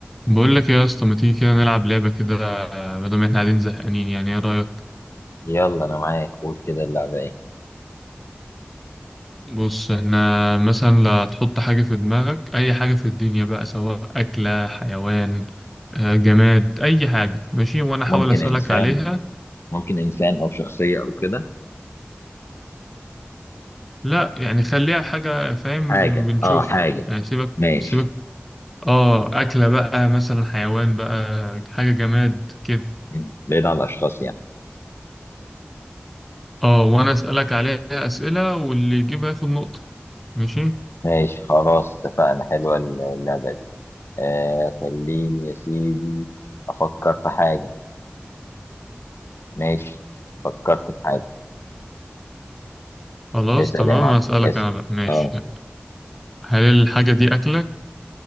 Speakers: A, in the centre; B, on the left.
A: بقول لك إيه يا اسطى ما تيجي كده نلعب لعبة كده بدل ما احنا قاعدين زهقانين يعني ايه رأيك
B: يلا انا معاك قول كده اللعبه ايه
A: بص احنا مثلا لا تحط حاجة في دماغك اي حاجة في الدنيا بقى سواء أكلة حيوان آه، جماد اي حاجة ماشي وانا احاول
B: ممكن
A: أسألك
B: انسان
A: عليها
B: ممكن انسان او شخصيه او كده
A: لا يعني خليها حاجة فاهم
B: حاجه
A: بنشوف
B: اه حاجه
A: يعني سيبك
B: ماشي
A: سيبك اه أكلة بقى مثلا حيوان بقى حاجة جماد كده
B: مم. بعيد عن الاشخاص يعني
A: اه وانا أسألك عليها أسئلة واللي يجيبها ياخد نقطة ماشي
B: ماشي خلاص اتفقنا حلوه اللعبه دي آه خليني يا سيدي افكر في حاجه ماشي فكرت في حاجه
A: خلاص
B: اسال
A: تمام
B: يا معلم
A: هسألك
B: اسال
A: أنا بقى ماشي
B: اه
A: هل الحاجة دي أكلة؟